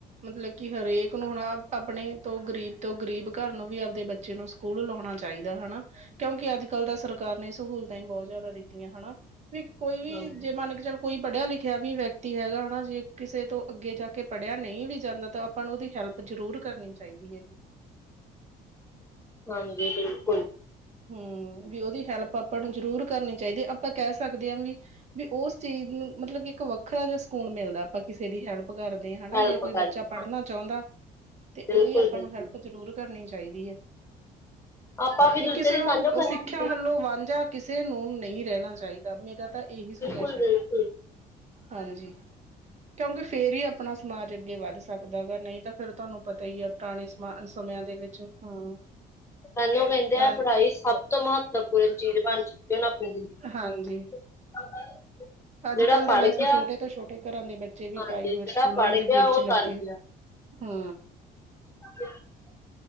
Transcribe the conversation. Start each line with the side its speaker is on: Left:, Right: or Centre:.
Right: ਮਤਲਬ ਕਿ ਹਰੇਕ ਨੂੰ ਹਣਾ ਅਪਣੇ ਤੋਂ ਗਰੀਬ ਤੋਂ ਗਰੀਬ ਕਰ ਨੂੰ ਵੀ ਆਪਦੇ ਬੱਚੇ ਨੂੰ ਸਕੂਲ ਲਾਓਣਾ ਚਾਈਦਾ ਹਨਾ। ਕਿਉਂਕਿ ਅੱਜ-ਕੱਲ ਦਾ ਸਰਕਾਰ ਨੇ ਸਹੂਲਤਾਂ ਈ ਬੋਤ ਜਾਦਾ ਦਿੱਤੀਆਂ ਹਨਾ ਵੀ ਕੋਈ ਵੀ
Left: ਹਾਂਜੀ
Right: ਜੇ ਮੰਨ ਕੇ ਚੱਲ ਕੋਈ ਪੜ੍ਹਿਆ ਲਿਖਿਆ ਖਿਆ ਵੀ ਵਿਅਕਤੀ ਹੈਗਾ ਹਨਾ ਜੇ ਕਿਸੇ ਤੋਂ ਅੱਗੇ ਜਾ ਕੇ ਪੜ੍ਹਿਆ ਨਈ ਵੀ ਜਾਂਦਾ ਤਾਂ ਆਪਾਂ ਨੂੰ ਉਦੀ ਹੈਲਪ ਜ਼ਰੂਰ ਕਰਨੀ ਚਾਈਦੀ ਐ।
Left: ਹਾਂਜੀ ਬਿਲਕੁਲ।
Right: ਹੂੰ, ਵੀ ਉਹਦੀ ਹੈਲਪ ਆਪਾਂ ਨੂੰ ਜ਼ਰੂਰ ਕਰਨੀ ਚਾਈਦੀ ਏ ਆਪਾਂ ਕੈ ਸਕਦੇ ਆ ਵੀ ਵੀ ਓਸ ਚੀਜ਼ ਨੂੰ ਮਤਲਬ ਏਕ ਵੱਖਰਾ ਜਆ ਸਕੂਨ ਮਿਲਦਾ ਆਪਾਂ ਕਿਸੇ ਦੀ ਹੈਲਪ ਪ ਕਰਦੇ ਹਨਾ
Left: ਹੈਲਪ
Right: ਜੇ ਕੋਈ
Left: ਕਰਕੇ
Right: ਬੱਚਾ
Left: ਹਾਂ
Right: ਪੜ੍ਹਨਾ ਚਾਓਦਾ। ਤੇ
Left: ਬਿਲਕੁਲ
Right: ਓਦੀ ਆਪਾਂ
Left: ਬਿਲਕੁਲ
Right: ਨੂੰ ਹੈਲਪ ਜ਼ਰੂਰ ਕਰਨੀ ਚਾਈਦੀ ਏ।
Left: ਆਪਾਂ
Right: ਵੀ
Left: ਦੂਜੇ
Right: ਕਿਸੇ
Left: ਦੀ
Right: ਨੂੰ
Left: ਤਾਂਹੀਓ ਕਰਾਂਗੇ
Right: ਸਿੱਖਿਆ ਵੱਲੋਂ ਵਾਂਝਾ ਕਿਸੇ ਨੂੰ ਨਈ ਰੈਂਨਾ ਚਾਈਦਾ ਮੇਰਾ ਤਾਂ ਏਹੀ ਸੁਝਾ
Left: ਪੁੱਲ ਗਈ ਥੀ।
Right: ਹਾਂਜੀ ਕਿਉਂਕਿ ਫੇਰ ਈ ਆਪਣਾ ਸਮਾਜ ਅੱਗੇ ਵੱਧ ਸਕ ਦਾ ਗਾ ਨਈ ਤਾਂ ਫੇਰ ਤੁਆਨੂੰ ਪਤਾ ਹੀ ਆ ਪੁਰਾਣੇ ਸਮਾ ਸਮਿਆਂ ਦੇ ਵਿੱਚ ਹਾਂ।
Left: ਤਾਹੀਓਂ ਕੇਂਦੇ
Right: ਪੁਰਾ
Left: ਆ ਪੜ੍ਹਾਈ ਸਭ ਤੋਂ ਮਹੱਤਵਪੂਰਨ ਚੀਜ਼ ਬਣ ਚੁੱਕੀ ਏ ਹੁਣ ਆਪਣੀ ਜ਼ਿੰਦਗੀ
Right: ਹਾਂਜੀ।
Left: <unintelligible>
Right: ਅੱਜ-ਕੱਲ
Left: ਜਿਹੜਾ ਪੜ੍ਹ
Right: ਤਾਂ ਵੈਸੇ
Left: ਗਿਆ
Right: ਛੋਟੇ ਤੋਂ ਛੋਟੇ ਘਰਾਂ ਦੇ ਬੱਚੇ
Left: ਹਾਂਜੀ
Right: ਵੀ ਪ੍ਰਾਈਵੇਟ
Left: ਜਿਹੜਾ
Right: ਸਕੂਲਾਂ
Left: ਪੜ੍ਹ
Right: ਦੇ
Left: ਗਿਆ
Right: ਵਿੱਚ
Left: ਉਹ
Right: ਲੱਗੇ
Left: ਤਰ ਗਿਆ
Right: ਹੂੰ।
Left: <unintelligible>